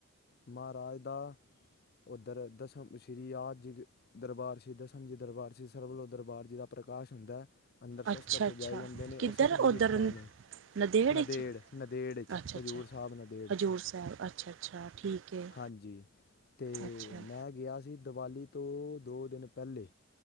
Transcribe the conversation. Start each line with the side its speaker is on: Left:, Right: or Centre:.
Left: ਮਹਾਰਾਜ ਦਾ ਦਰ ਦਸਮ ਸ਼੍ਰੀ ਆਦ ਜੀ ਦਰਬਾਰ ਸ਼੍ਰੀ ਦਸਮਝੀ ਦਰਬਾਰ ਸ਼੍ਰੀ ਸਰਵ ਵਲੋਂ ਦਰਬਾਰ ਜੀ ਦਾ ਪ੍ਰਕਾਸ਼ ਕੀਤਾ ਅੰਦਰ ਸ਼ਸਤਰ
Right: ਅੱਛਾ
Left: ਸਜਾਏ
Right: ਅੱਛਾ
Left: ਜਾਂਦੇ ਨੇ,
Right: ਕਿੱਧਰ
Left: ਉਹ ਸਤਯੁਗ
Right: ਉੱਧਰ
Left: ਸਥਾਨ ਹੈ
Right: ਨੰਦੇੜ
Left: ਨਦੇੜ-ਨਦੇੜ
Right: 'ਚ
Left: 'ਚ
Right: ਅੱਛਾ
Left: ਹਜ਼ੂਰ
Right: ਅੱਛਾ
Left: ਸਾਹਿਬ ਨਦੇੜ
Right: ਹਜ਼ੂਰ ਸਾਹਿਬ ਅੱਛਾ ਅੱਛਾ ਠੀਕ ਹੈ
Left: ਹਾਂਜੀ ਤੇ
Right: ਅੱਛਾ
Left: ਮੈਂ ਗਿਆ ਸੀ, ਦੀਵਾਲੀ ਤੋਂ ਦੋ ਦਿਨ ਪਹਿਲੇ